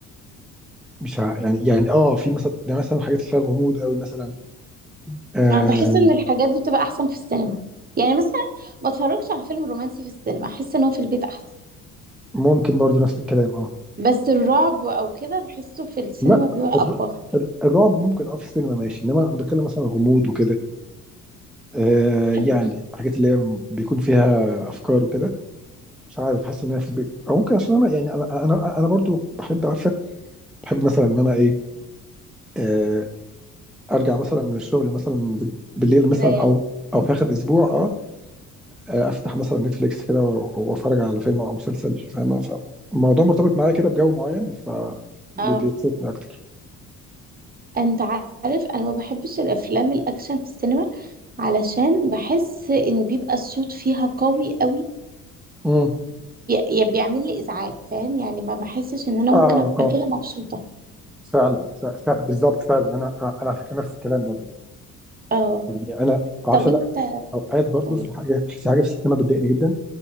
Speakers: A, in the centre; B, on the right (about 20°).
A: مش ع- يعني يعني اه في مثلا ده مثلا حاجات اللي فيها الغموض قوي مثلا آه
B: انا بحس ان الحاجات دي بتبقى احسن في السينما يعني مثلا ما اتفرجش على فيلم رومانسي في السينما احس ان هو في البيت احسن
A: ممكن برضو نفس الكلام اه
B: بس الرعب او كده بحسه في السينما
A: لا
B: بيبقى
A: الر...
B: اقوى
A: الر- الرعب ممكن اه في السينما ماشي انما انا بتكلم مثلا غموض وكده آه
B: بحب
A: يعني حاجات اللي هي بيكون فيها افكار وكده مش عارف حاسس ان انا في البيت او ممكن عشان انا يعني انا انا انا برضو بحب عارفه بحب مثلا ان انا ايه آه ارجع مثلا من الشغل مثلا بالليل مثلا
B: كده يعني
A: او او في اخر اسبوع اه آه، افتح مثلا نتفليكس كده و- واتفرج على فيلم او مسلسل فاهمه فالموضوع مرتبط معايا كده بجو معين ف بي-
B: اه
A: بيبسطني اكتر
B: انت عارف انا ما بحبش الافلام الاكشن في السينما علشان بحس ان بيبقى الصوت فيها قوي قوي
A: امم
B: وبيعمل لي ازعاج فاهم يعني ما بحسش ان انا
A: اه
B: ممكن ابقى
A: اه
B: كده مبسوطة
A: فعلا ف- ف- بالظبط فعلا انا انا على فكره نفس الكلام برضه
B: اه
A: يعني انا بعشق
B: طب انت
A: لا اوقات برضه
B: قول
A: في حاجه في حاجه في السينما بتضايقني جدا